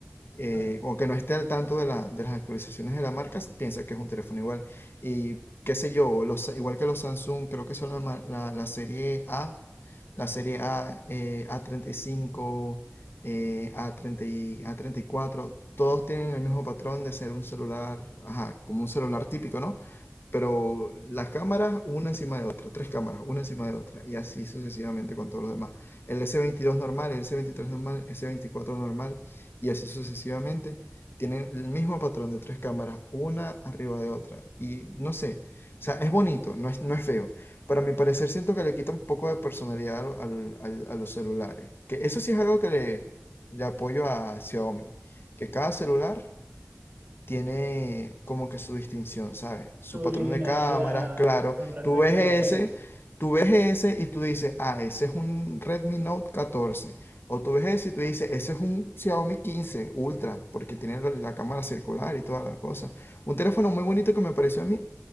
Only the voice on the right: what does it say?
Ah,
Tu originalidad
con respecto
al case.